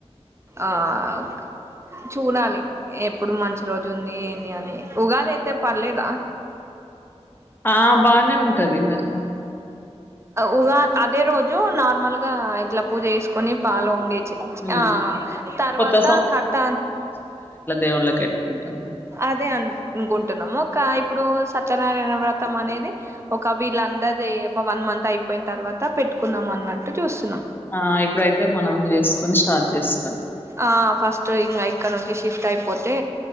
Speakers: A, on the right (about 25°); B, on the left (about 20°).
A: ఆ ఒక్ చూడాలి ఎప్పుడు మంచి రోజు ఉందీ ఏంది అని ఉగాది అయితే పర్లేదా
B: ఆ బానే ఉంటది మరి
A: ఉగా అదే రోజు నార్మల్ గా ఇట్ల పూజ జేసుకొని పాలు వొంగిచ్చి చి
B: హ్మ్.
A: ఆ తర్వాత
B: కొత్త
A: కథ
B: దేవుల్లక్ ఎట్టుకుంటాం
A: అదే అన్ అనుకుంటున్నము కా ఇప్పుడు సత్యనారాయణ వ్రతం అనేది ఒక వీళ్ళందరిది ఒక వన్ మంత్ అయిపోయిన తర్వా త పెట్టుకుందాం అన్నట్టు చూస్తున్నాం
B: ఆ ఇప్పుడైతే మనం చేసుకొని స్టార్ట్ జేస్
A: ఆ ఫస్ట్ ఇంగ ఇక్క నుంచి షిఫ్ట్ అయిపోతే